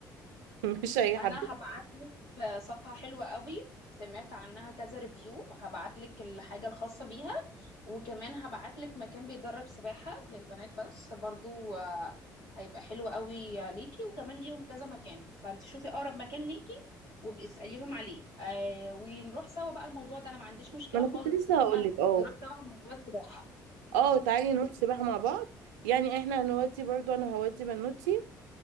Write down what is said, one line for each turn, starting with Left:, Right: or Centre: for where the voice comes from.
Right: <laughs> مش هيحببني
Left: انا هبعت لك صفحة حلوة قوي سمعت عنها كذا ريفيو هبعت لك الحاجة الخاصة بيها وكمان هبعت لك مكان بيدرب سباحة للبنات بس برضو آه، هيبقى حلو قوي ليكي وكمان ليهم كذا مكان فانت شوفي اقرب مكان ليكي وابقي اسأليهم عليه آه ونروح سوا بقى الموضوع ده انا ما عنديش مشكلة
Right: ما انا
Left: خالص
Right: كنت لسه
Left: ان احنا
Right: هقول لك اه
Left: نروح سوا موضوع السباحة
Right: اه تعالي نروح سباحة مع بعض يعني احنا هنودي برضو انا هودي بنوتي